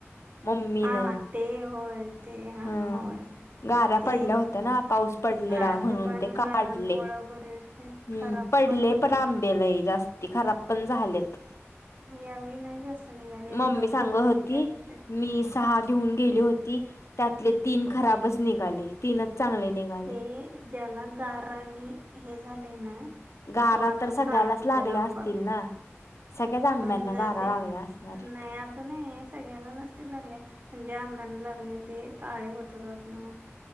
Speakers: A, on the left; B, on the right.
A: मम्मीन
B: हा हा ते होय ते हा
A: हं
B: होय
A: गाऱ्या
B: ते
A: पडल्या होत्या ना पाऊस पडलेला
B: असे
A: म्हणून
B: पण
A: ते काढले
B: गारांमुळे बरेच
A: हं
B: खराब
A: पडले
B: होतात
A: पण आंबे लई जास्ती खराब पण झालेत
B: यावेळी नाही जास्त निघाले एक
A: मम्मी
B: दोन
A: सांगत
B: डझन
A: होती
B: निघाले होते.
A: मी सहा घेऊन गेली होती? त्यातले तीन खराबच निघाले तीनच चांगले निघाले
B: हे ज्याला गारा आणि हे झाले ना
A: गारा
B: तो आतून
A: तर सगळ्यालाच
B: काळा होतोय
A: लागल्या
B: आंबा
A: असतील ना? सगळ्याच आंब्यांना
B: पण
A: गारा
B: ते
A: लागल्या असणार
B: नाही
A: आहेत.
B: असं नाही सगळ्याला नसतील लागल्या म्हणजे आंब्यांना लागले ते काळे होतात आतन